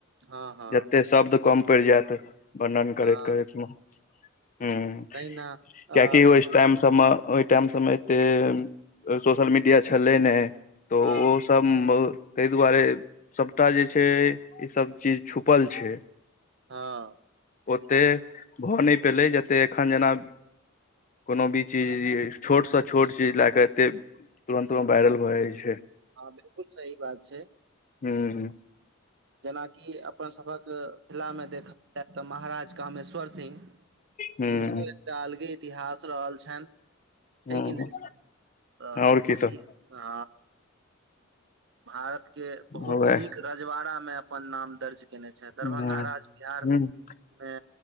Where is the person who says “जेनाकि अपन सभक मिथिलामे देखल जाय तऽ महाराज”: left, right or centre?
Right